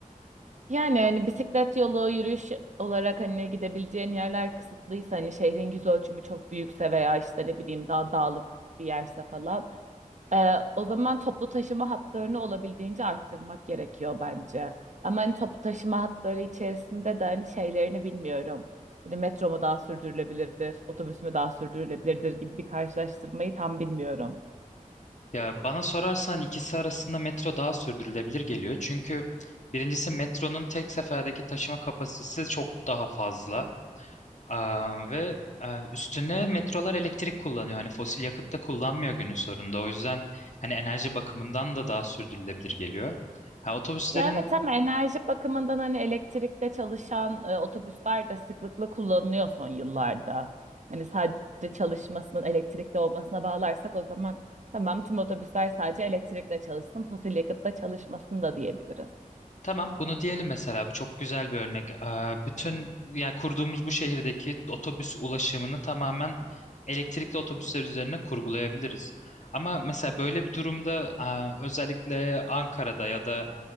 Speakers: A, on the right (about 60°); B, on the left (about 60°).
A: Yani hani bisiklet yolu, yürüyüş olarak hani gidebileceğin yerler kısıtlıysa hani şehrin yüz ölçümü çok büyükse veya işte ne bileyim daha dağlık bir yerse falan e, o zaman toplu taşıma hatlarını olabildiğince arttırmak gerekiyor bence. Ama hani toplu taşıma hatları içerisinde de hani şeylerini bilmiyorum. Hani metro mu daha sürdürülebilirdir, otobüs mü daha sürdürülebilirdir gibi bir karşılaştırmayı tam bilmiyorum.
B: Ya bana sorarsan ikisi arasında metro daha sürdürülebilir geliyor. Çünkü birincisi metronun tek seferdeki taşıma kapasitesi çok daha fazla. Aa, ve e, üstüne metrolar elektrik kullanıyor. Hani fosil yakıt da kullanmıyor günün sonunda. O yüzden hani enerji bakımından da daha sürdürülebilir geliyor. Ha, otobüslerin
A: Ya evet hem enerji bakımından hani elektrikte çalışan e, otobüsler de sıklıkla kullanılıyor son yıllarda. Hani sadece çalışmasının elektrikli olmasına bağlarsak o zaman tamam tüm otobüsler sadece elektrikle çalışsın, fosil yakıtla çalışmasın da diyebiliriz.
B: Tamam, bunu diyelim mesela. Bu çok güzel bir örnek. Ee, bütün yani kurduğumuz bu şehirdeki otobüs ulaşımını tamamen elektrikli otobüsler üzerine kurgulayabiliriz. Ama mesela böyle bir durumda e, özellikle Ankara'da ya da